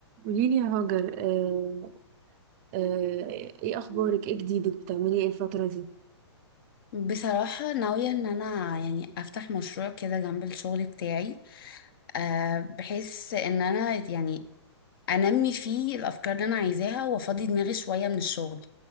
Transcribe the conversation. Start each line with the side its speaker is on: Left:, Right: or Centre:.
Right: قولي لي يا هاجر آه آه ايه اخبارك ايه جديدك بتعملي ايه الفترة دي
Left: بصراحة ناوية ان انا يعني افتح مشروع كده جنب الشغل بتاعي أه بحيث ان انا يعني انمي فيه الافكار اللي انا عايزاها وافضي دماغي شوية من الشغل